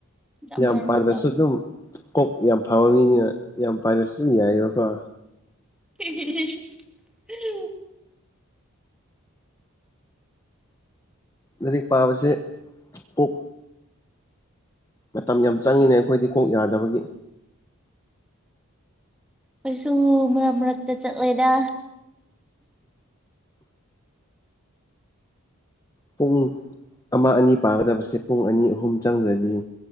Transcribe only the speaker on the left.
ꯌꯥꯝ ꯄꯥꯗ꯭ꯔꯁꯨ
ꯗꯨꯝ ꯀꯣꯛ ꯌꯥꯝ ꯐꯕ ꯃꯤꯅꯤꯅ ꯌꯥꯝ ꯄꯥꯗ꯭ꯔꯁꯨ ꯗꯨꯝ ꯌꯥꯏꯌꯦꯕꯀꯣ
ꯂꯔꯤꯛ ꯄꯥꯕꯁꯦ ꯀꯣꯛ ꯃꯇꯝ ꯌꯥꯝ ꯆꯪꯉꯤꯅꯦ ꯑꯩꯈꯣꯏꯗꯤ ꯀꯣꯛ ꯌꯥꯗꯕꯒꯤ
ꯄꯨꯡ ꯑꯃ ꯑꯅꯤ ꯄꯥꯒꯗꯕꯁꯦ ꯄꯨꯡ ꯑꯅꯤ ꯑꯍꯨꯝ ꯆꯪꯗ꯭ꯔꯗꯤ